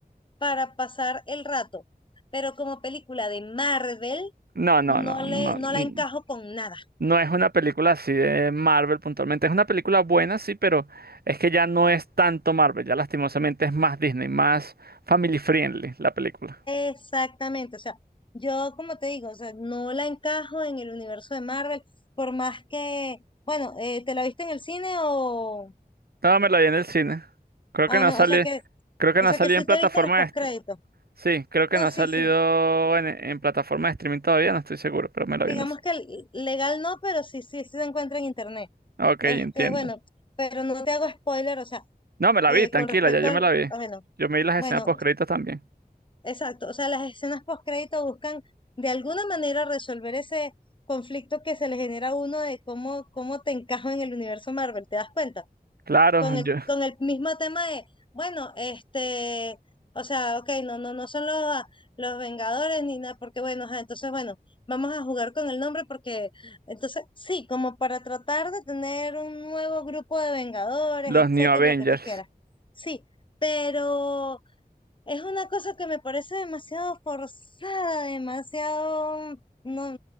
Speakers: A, on the left (about 30°); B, on the right (about 75°).
A: para pasar el rato, pero como película de Marvel,
B: No, no,
A: no
B: no, no,
A: le, no
B: n-
A: la encajo con nada.
B: no es una película así de Marvel puntualmente. Es una película buena, sí, pero es que ya no es tanto Marvel, ya lastimosamente es más Disney, más family friendly la película.
A: Exactamente, o sea, yo como te digo, o sea, no la encajo en el universo de Marvel, por más que, bueno, eh, ¿te la viste en el cine o,
B: No, me la vi en el cine. Creo
A: ah,
B: que
A: bueno,
B: no sale,
A: o sea que,
B: creo que
A: o
B: no
A: sea
B: salió
A: que sí
B: en plataforma
A: te viste los postcréditos?
B: de est- Sí, creo que
A: No,
B: no ha
A: sí,
B: salido
A: sí,
B: en, en plataforma de streaming todavía, no estoy seguro, pero me la vi
A: digamos
B: en el cine.
A: que l- legal no, pero sí, sí, sí se encuentra en internet.
B: Ok,
A: Este,
B: entiendo.
A: bueno, pero no te hago spoiler, o sea,
B: No, me la
A: eh,
B: vi, tranquila,
A: con respecto
B: ya yo
A: al,
B: me la vi.
A: ah, bueno,
B: Yo me vi las escenas
A: bueno,
B: post créditos también.
A: Exacto, o sea, las escenas postcrédito buscan de alguna manera resolver ese conflicto que se le genera a uno de cómo, cómo te encajo en el universo Marvel, ¿te das cuenta?
B: Claro,
A: Con el,
B: yo-
A: con el mismo tema de, bueno, este, o sea, ok, no, no, no son los, a- los Vengadores ni nada, porque bueno, ajá, entonces bueno, vamos a jugar con el nombre porque, entonces, sí, como para tratar de tener un nuevo grupo de Vengadores,
B: los
A: etcétera,
B: New Avengers.
A: lo que tú quieras. Sí, pero. Es una cosa que me parece demasiado forzada, demasiado, no,